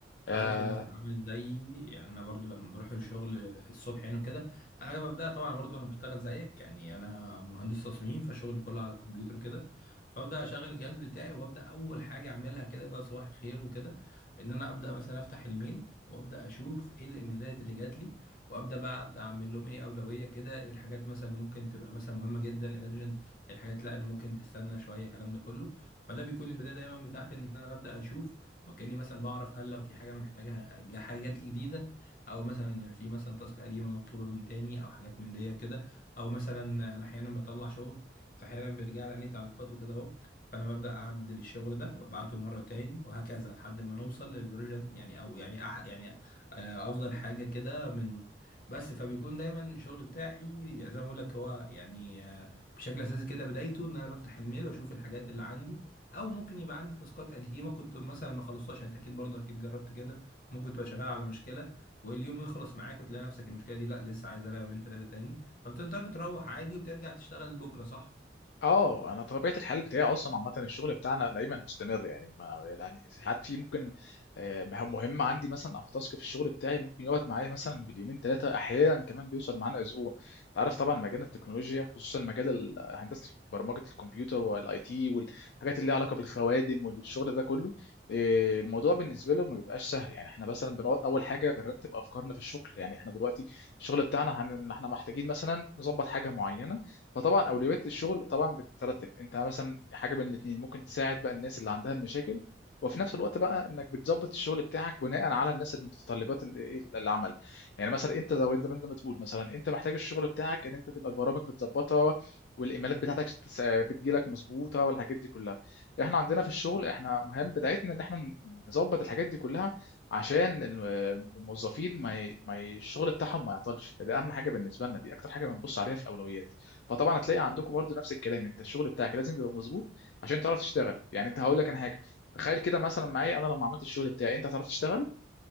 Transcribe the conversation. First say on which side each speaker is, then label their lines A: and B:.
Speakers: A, on the left; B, on the left.
A: آه،
B: عارف انت عامل زي يعني انا برضو لما بروح الشغل الصبح يعني وكده انا ببدا طبعا برضو انا بشتغل زيك يعني انا مهندس تصميم فشغلي كله على الكمبيوتر كده فابدا اشغل الجهاز بتاعي وابدا اول حاجه اعملها كده اللي هو صباح الخير وكده ان انا ابدا مثلا افتح الميل وابدا اشوف ايه الايميلات اللي جات لي وابدا بقى ابدا اعمل لهم ايه اولويه كده ايه الحاجات مثلا ممكن تبقى مثلا مهمه جدا ارجنت الحاجات لا اللي ممكن تستنى شويه الكلام ده كله فده بيكون البدايه دايما بتاعتي ان انا ببدا اشوف وكأني مثلا بعرف هل لو في حاجة محتاجها جا- حاجة جات لي جديدة أو مثلا في مثلا تاسك قديمة مطلوبة من تاني أو حاجات من دي وكده أو مثلا أنا أحيانا بطلع شغل فأحيانا بيرجع لي عليه تعليقات وكده أهو فأنا ببدأ أعدل الشغل ده وأبعته مرة تاني وهكذا لحد ما نوصل للفيرجن يعني أو يعني أح يعني آه، أفضل حاجة كده منه بس فبيكون دايما الشغل بتاعي يعني زي ما بقول لك هو يعني آه، بشكل اساسي كده بدايته ان انا بفتح الميل واشوف الحاجات اللي عندي او ممكن يبقى عندي تاسكات قديمه كنت مثلا ما خلصتهاش يعني انت اكيد برضه اكيد جربت كده ممكن تبقى شغال على مشكله واليوم يخلص معاك وتلاقي نفسك المشكله دي لا لسه عايزه لها يومين ثلاثه تاني فبتقدر تروح عادي وترجع تشتغل بكره صح
A: اه انا طبيعه الحال بتاعي اصلا عامه الشغل بتاعنا دايما مستمر يعني ما يعني ساعات في ممكن آه، مهام مهمه عندي مثلا او تاسك في الشغل بتاعي ممكن يقعد معايا مثلا باليومين ثلاثه احيانا كمان بيوصل معانا اسبوع انت عارف طبعا مجال التكنولوجيا خصوصا مجال ال- هندسه برمجه الكمبيوتر والاي تي والحاجات اللي ليها علاقه بالخوادم والشغل ده كله آه، الموضوع بالنسبه له ما بيبقاش سهل يعني احنا مثلا بنقعد اول حاجه بنرتب افكارنا في الشغل يعني احنا دلوقتي الشغل بتاعنا هن... احنا محتاجين مثلا نظبط حاجه معينه فطبعا اولويات الشغل طبعا بتترتب انت مثلا حاجه من الاثنين ممكن تساعد بقى الناس اللي عندها المشاكل وفي نفس الوقت بقى انك بتظبط الشغل بتاعك بناء على الناس المتطلبات ال- ال- العمل يعني مثلا انت زي ما انت ما أنت بتقول مثلا انت محتاج الشغل بتاعك ان انت تبقى البرامج بتظبطها والايميلات بتاعتك تس- بتجيلك مظبوطه والحاجات دي كلها احنا عندنا في الشغل احنا مهم بتاعتنا ان احنا نظبط الحاجات دي كلها عشان ال- الموظفين ما ي... ما ي... الشغل بتاعهم ما يعطلش فده اهم حاجه بالنسبه لنا دي اكتر حاجه بنبص عليها في الاولويات فطبعا هتلاقي عندكم برضو نفس الكلام انت الشغل بتاعك لازم يبقى مظبوط عشان تعرف تشتغل يعني انت هقول لك انا حاجه تخيل كده مثلا معايا انا لما عملت الشغل بتاعي انت هتعرف تشتغل